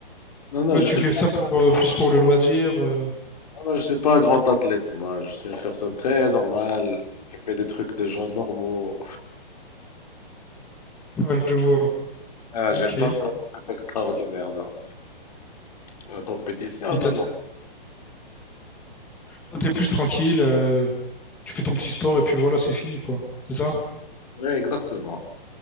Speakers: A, on the left; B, in the centre.
A: Non, non,
B: Ouais,
A: je
B: tu
A: sais
B: fais
A: pas,
B: ça pour euh, plus pour le loisir. euh.
A: non, je suis pas un grand athlète, moi. Je suis une personne très normale qui fait des trucs de gens normaux.
B: Ouais, je vois.
A: Ah, j'ai
B: Ok.
A: pas fait un truc extraordinaire, non. La compétition,
B: Mais
A: non,
B: t'as-
A: non.
B: toi, t'es plus tranquille, euh, tu fais ton petit sport et puis voilà, c'est fini, quoi. C'est ça?
A: Oui, exactement.